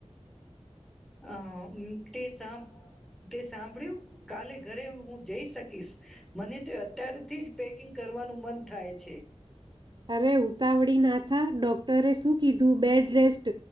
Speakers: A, in the centre; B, on the right.
A: હ તે સાંભ તે સાંભળ્યું કાલે ઘરે હું જઈ શકીશ મને તો અત્ય્યારેથી જ પેકિંગ કરવાનું મન થાય છે
B: તારે ઉતાવળી નાથા ડૉક્ટરે શું કીધું બેડ રેસ્ટ